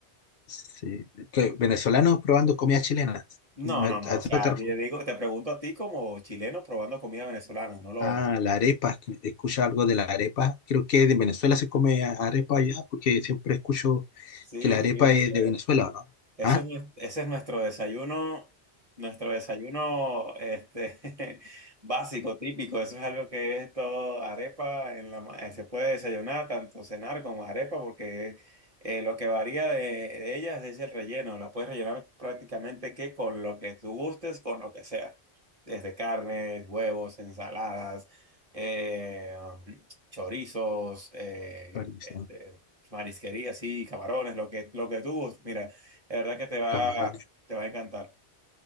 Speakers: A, on the left; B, on the right.
A: Sí. Que Venezolanos probando comida chilena.
B: No,
A: Me-
B: no, no,
A: ¿A eso
B: o sea,
A: te refieres?
B: te digo, te pregunto a ti como chileno probando comida venezolana, no lo,
A: Ah, la arepa. Escucha algo de la arepa. Creo que de Venezuela se come a- arepa allá porque siempre escucho
B: sí,
A: que la arepa
B: sí, eso
A: es de
B: es.
A: Venezuela, ¿o no?
B: Eso
A: Ah,
B: es, nues- ese es nuestro desayuno, nuestro desayuno este, <laughs> básico, típico. Eso es algo que es todo arepa. En la, ma- eh, se puede desayunar, tanto cenar como arepa, porque eh, lo que varía de, de ellas es el relleno. La puedes rellenar prácticamente que con lo que tú gustes, con lo que sea. Desde carnes, huevos, ensaladas, eh, <clears throat> chorizos, eh,
A: chorizo,
B: este, marisquería, sí, camarones, lo que, lo que tú gustes. Mira. La verdad que te va,
A: camarones.
B: te va a encantar.